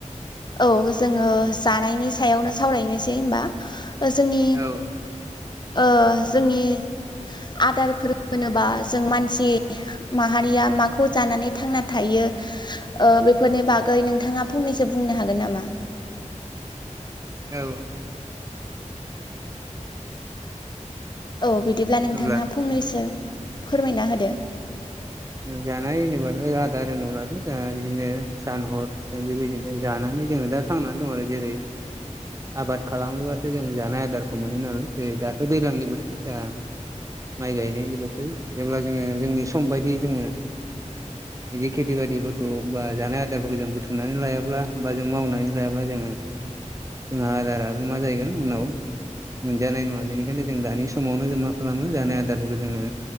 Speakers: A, on the left; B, on the right.
A: औ जोङो जानायनि सायावनो सावरायनोसै होमबा जोंनि
B: औ
A: ओ जोंनि आदारफोर होनोबा जों मानसि माहारिया माखौ जानानै थांना थायो ओ बेफोरनि बागै नोंथाङा फंनैस बुंनो हागोन नामा
B: औ
A: औ बिदिब्ला नोंथाङा
B: अब्ला
A: फंनैसो फोरमायना होदो।
B: जानाय होनोब्लाथ' आदार होनोब्लाथ' जोंहा बिदिनो सानहर जों बेबायदिनो जानानै जोङो दा थांनानै दं आरो जेरै आबाद खालामोबासो जों जानाय आदारखौ मोनो नालाय जेरै दाथ' दैज्लांनि बोथोर जोंहा माइ गायनायनायनि बोथोर जेब्ला जोङो जोंनि सम बायदि जोङो। बिदि खेथि बािफोरखौ बा जानाय आदारफोरखौबो जों बुथुमनानै लायाब्ला बा जों मावनानै लायाब्ला जोङो जोंहा आदाराबो मा जाहैगोन उनाव मोनजानाय नङा बेनिखायनो जों दानि समावनो जों मा खालामो जानाय आदारफोरखौ जोङो।